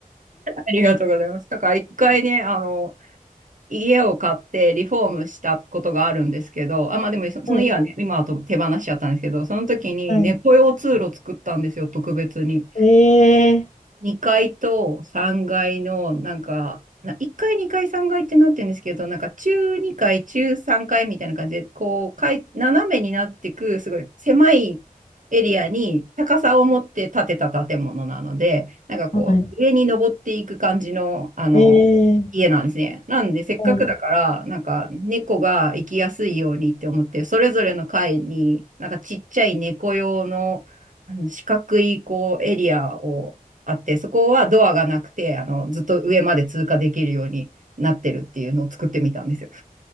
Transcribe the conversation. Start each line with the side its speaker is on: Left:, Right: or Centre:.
Right: ありがとうございます。だから一回ね、あの、家を買ってリフォームしたことがあるんですけど、あ、まあでもそその家はね、
Left: はい、
Right: 今はと手放しちゃったんですけど、その時に猫用通路作ったんですよ、
Left: はい。
Right: 特別に。
Left: ええ
Right: 2階と3階の、なんか、な1階、2階、3階ってなってるんですけど、なんか中2階、中3階みたいな感じで、こう、かい斜めになってく、すごい狭いエリアに高さを持って建てた建物なので、なんかこう、
Left: はい。
Right: 上に登っていく感じの、あの、
Left: えー
Right: 家なんですね。なんで、せっかくだから、
Left: はい。
Right: なんか猫が行きやすいようにって思って、それぞれの階に、なんかちっちゃい猫用の、あの四角いこうエリアをあって、そこはドアがなくて、あの、ずっと上まで通過できるようになってるっていうのを作ってみたんですよ。